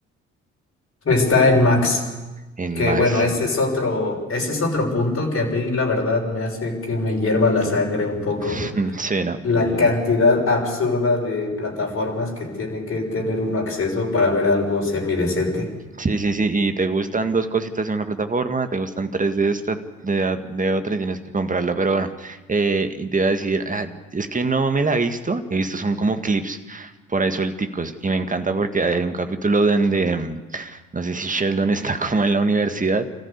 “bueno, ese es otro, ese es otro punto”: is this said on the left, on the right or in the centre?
Left